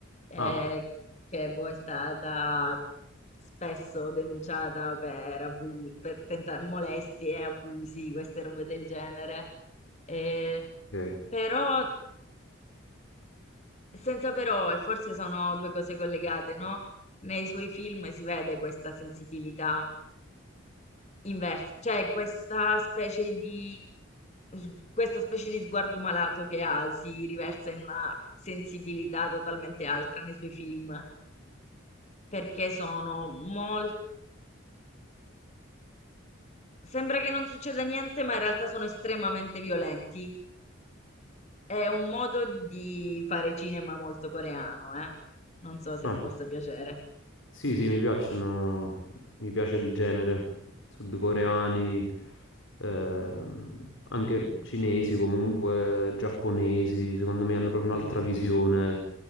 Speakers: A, on the left (about 35°); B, on the left (about 70°).
A: eh,
B: Ah,
A: che boh, è stata spesso denunciata per, abu- per tenta- molestie, abusi, queste robe del genere. Eh,
B: ok.
A: però, senza però, e forse sono due cose collegate, no? Nei suoi film si vede questa sensibilità inverso, cioè questa specie di s- questa specie di sguardo malato che ha si riversa in una sensibilità totalmente altra nei suoi film, perché sono molto Sembra che non succeda niente, ma in realtà sono estremamente violenti. È un modo di fare cinema molto coreano, eh. Non so se
B: Ah.
A: ti possa piacere.
B: Sì, sì, mi piacciono, mi piace il genere, sudcoreani, ehm, anche cinesi comunque, giapponesi, secondo me hanno proprio un'altra
A: Sì.
B: visione,